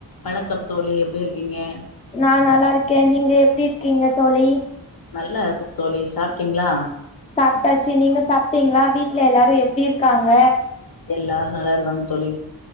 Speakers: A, on the left; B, on the left.
A: வணக்கம் தோழி எப்டி இருக்கீங்க
B: நா நல்லா இருக்கேன் நீங்க எப்டி இருக்கீங்க தோழி
A: நல்ல இருக்கோ தோழி சாப்ட்டீங்களா
B: சாப்ட்டாச்சு நீங்க சாப்ட்டீங்களா வீட்ல எல்லாரு எப்டி இருக்காங்க
A: எல்லாரு நல்லா இருக்காங்க தோழி